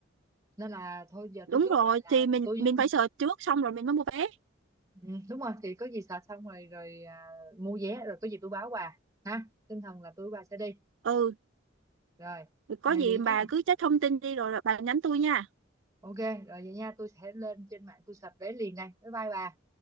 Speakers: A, on the right; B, on the right.
A: nên là thôi giờ
B: đúng
A: tôi chốt
B: rồi
A: lại là
B: thì mình
A: tôi
B: mình
A: với
B: phải search trước xong rồi mình mới mua vé
A: ừ, đúng rồi thì có gì sợ xong rồi rồi à, mua vé rồi có gì tôi báo bà ha tinh thần là tôi và sẽ đi
B: ừ
A: rồi
B: có
A: à,
B: gì
A: vậy
B: bà
A: nha
B: cứ check thông tin đi rồi bà nhắn tôi nha
A: ok rồi vậy nha tôi sẽ lên trên mạng tôi search vé liền đây bye bye bà